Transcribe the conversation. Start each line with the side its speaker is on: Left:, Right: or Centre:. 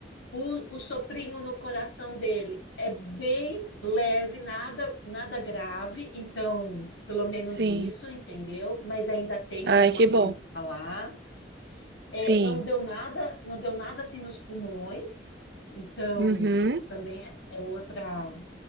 Left: o, o soprinho no coração dele é bem leve, nada, nada grave, então pelo menos
Right: Sim.
Left: isso, entendeu? Mas ainda tem
Right: Ai,
Left: alguma
Right: que
Left: coisinha
Right: bom.
Left: lá. É,
Right: Sim.
Left: não deu nada, não deu nada assim nos pulmões, então
Right: Uhum.
Left: também é, é outra